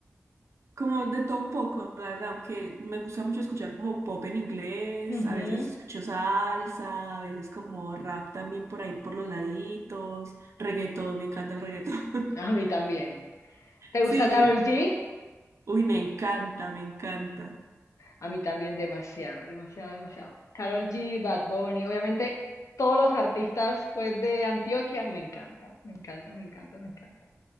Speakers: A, on the right (about 65°); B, on the left (about 85°).
A: Como de todo un poco, la verdad, aunque me gusta mucho escuchar como pop en inglés,
B: Ujú,
A: a veces escucho salsa, a veces como rap también por ahí por los laditos, reggaetón, me encanta el reggaetón. <laughs>
B: A mí también. ¿Te
A: Sí,
B: gusta Karol G?
A: uy, me encanta, me encanta.
B: A mí también demasiado, demasiado, demasiado. Karol G, Bad Bunny, obviamente todos los artistas pues de Antioquia me encanta, me encanta, me encanta, me encanta.